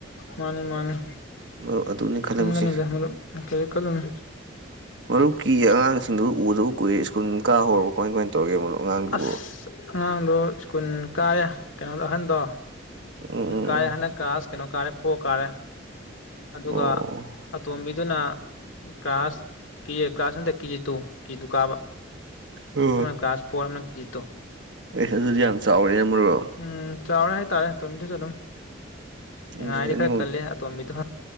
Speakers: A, on the left; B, on the right.
A: ꯃꯥꯅꯤ ꯃꯥꯅꯤ
B: ꯃꯔꯨꯞ ꯑꯗꯨꯅꯤ ꯈꯜꯂꯝꯕꯁꯤ
A: ꯈꯟꯒꯅꯤꯗ ꯃꯔꯨꯞ ꯀꯩꯁꯨ ꯈꯜꯂꯨꯅꯨ
B: ꯃꯔꯨꯞꯀꯤ ꯑꯉꯥꯡ ꯁꯤꯡꯗꯨ ꯎꯗꯕꯨ ꯀꯨꯏꯔꯦ ꯁ꯭ꯀꯨꯜ ꯀꯥ ꯍꯧꯔꯕꯥ ꯀꯃꯥꯏ ꯀꯃꯥꯏ ꯇꯧꯔꯤꯒꯦ ꯃꯔꯨꯞ ꯑꯉꯥꯡꯗꯨꯕꯨ
A: ꯑꯁ ꯑꯉꯥꯡꯗꯣ ꯁ꯭ꯀꯨꯜ ꯀꯥꯔꯦ ꯀꯩꯅꯣꯗ ꯑꯍꯟꯗꯣ
B: ꯎꯝ
A: ꯁꯀꯨꯜ
B: ꯎꯝ
A: ꯀꯔꯦ ꯍꯥꯟꯗꯛ ꯀꯥꯂꯁ ꯀꯩꯅꯣ ꯀꯥꯔꯦ ꯐꯣꯔ ꯀꯥꯔꯦ ꯑꯗꯨꯒ
B: ꯎꯝ
A: ꯑꯇꯣꯝꯕꯤ ꯑꯗꯨꯅ ꯀ꯭ꯂ꯭ꯔꯥꯁ ꯀꯦ ꯀ꯭ꯂ꯭ꯔꯥꯁ ꯅꯗ ꯀꯦꯖꯤ ꯇꯨ ꯀꯦꯖꯤꯗꯨꯨ ꯀꯥꯕ
B: ꯍ
A: ꯑꯃꯅ ꯀ꯭ꯂꯥꯁ ꯐꯣꯔ ꯑꯃꯅ ꯀꯦꯖꯤ ꯇꯨ
B: ꯑꯦ ꯑꯗꯨꯗꯤ ꯌꯥꯝ ꯆꯥꯎꯔꯦꯅꯤ ꯃꯔꯨꯞ
A: ꯎꯝ ꯆꯥꯎꯔꯦ ꯍꯥꯏꯇꯥꯔꯦ ꯇꯣꯝꯕꯤꯗꯨꯁꯨ ꯑꯗꯨꯝ
B: ꯑꯗꯨꯗꯤ
A: ꯅꯤꯡꯉꯥꯏ ꯗꯤ
B: ꯑꯅꯤꯃꯛ
A: ꯈꯔꯥ ꯀꯜꯂꯤ ꯑꯇꯣꯝꯕꯤ ꯑ